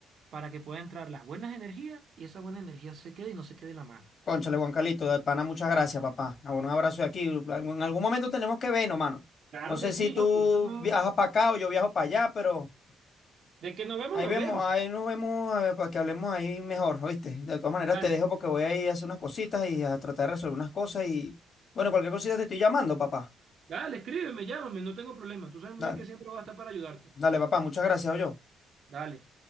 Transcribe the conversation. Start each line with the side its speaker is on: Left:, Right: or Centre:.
Right: para que pueda entrar las buenas energías y esa buena energía se quede y no se quede la mala.
Left: Cónchale, Juan Calito, de pana, muchas gracias, papá. Ah, Bueno, un abrazo de aquí. En algún momento tenemos que vernos, mano.
Right: Claro
Left: No sé
Right: que
Left: si
Right: sí,
Left: tú
Right: loco. eso no-
Left: viajas para acá o yo viajo para allá, pero.
Right: De que nos vemos,
Left: Ahí
Right: nos
Left: vemos,
Right: vemos.
Left: ahí nos vemos eh, para que hablemos ahí mejor, ¿oíste? De todas maneras
Right: Dale,
Left: te dejo porque voy a ir a hacer unas cositas y a tratar de resolver unas cosas y bueno, cualquier cosita te estoy llamando, papá.
Right: dale, escríbeme, llámame, no tengo problema. Tú sabes
Left: Dale,
Right: muy bien que siempre voy a estar para ayudarte.
Left: dale, papá, muchas gracias, yo.
Right: Dale.